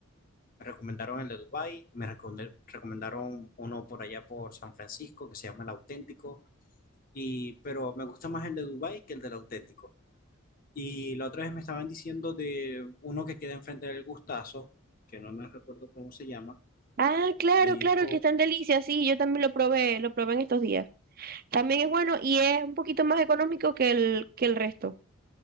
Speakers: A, on the left (about 40°); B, on the right (about 40°).
A: Me recomendaron el de Dubái, me recomend- recomendaron uno por allá por San Francisco que se llama El Auténtico, y, pero me gusta más el de Dubái que el del Auténtico. Y la otra vez me estaban diciendo de uno que queda enfrente del Gustazo, que no me recuerdo cómo se llama,
B: Ah, claro,
A: me dijo,
B: claro, el que está en Delicia, sí, yo también lo probé, lo probé en estos días. También es bueno y es un poquito más económico que el, que el resto.